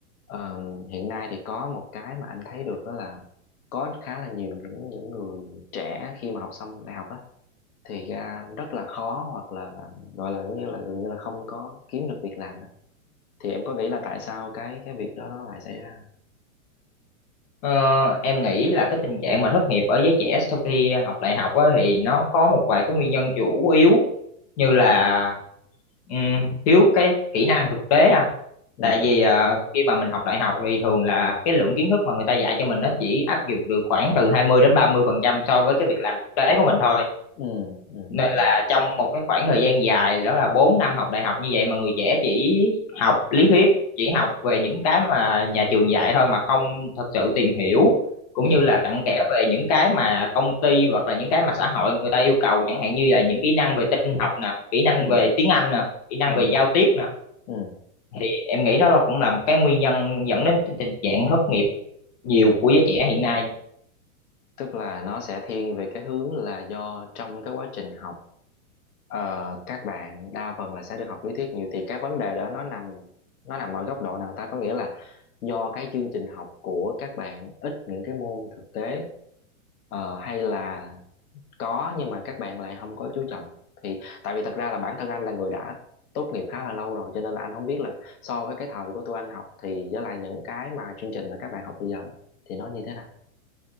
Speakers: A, on the left (about 80°); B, on the left (about 25°).
A: Ờ, hiện nay thì có một cái mà anh thấy được đó là có khá là nhiều những những người trẻ khi mà học xong đại học á thì ra rất là khó hoặc là, là gọi là giống như là gần như là không có kiếm được việc làm đó. Thì em có nghĩ là tại sao cái cái việc đó nó lại xảy ra?
B: Ờ, em nghĩ là cái tình trạng mà thất nghiệp ở giới trẻ sau khi học đại học á, thì nó có một vài cái nguyên nhân chủ yếu như là ừm, thiếu cái kỹ năng thực tế à.
A: Ừ.
B: Tại vì à, khi mà mình học đại học thì thường là cái lượng kiến thức mà người ta dạy cho mình nó chỉ áp dụng được khoảng từ 20 đến 30 phần trăm so với cái việc làm thực tế của mình thôi
A: Ừ. Ừ.
B: nên
A: Ừ.
B: là trong một cái khoảng thời gian dài đó là 4 năm học đại học như vậy mà người trẻ chỉ học lý thuyết chỉ học về những cái mà nhà trường dạy thôi mà không thật sự tìm hiểu cũng
A: Ừ.
B: như là cặn kẽ về những cái mà công ty hoặc là những cái mà xã hội người ta yêu cầu chẳng hạn như là những kỹ năng về tin học nè kỹ năng
A: Ừ.
B: về tiếng Anh nè kỹ năng
A: Ừ.
B: về giao tiếp nè
A: Ừ.
B: thì em nghĩ nó là cũng là một cái nguyên nhân dẫn đến tình trạng thất nghiệp nhiều
A: Ừ.
B: của giới trẻ hiện nay
A: tức là nó sẽ thiên về cái hướng là do trong cái quá trình học ờ, các bạn đa phần là sẽ được học lý thuyết nhiều thì cái vấn đề đó nó nằm nó nằm ở góc độ nào ta có nghĩa là do cái chương trình học của các bạn ít những cái môn thực tế ờ, hay là có nhưng mà các bạn lại không có chú trọng thì tại vì thật ra là bản thân anh là người đã tốt nghiệp khá là lâu rồi cho nên là anh không biết là so với cái thời của tụi anh học thì với lại những cái mà chương trình mà các bạn học bây giờ thì nó như thế nào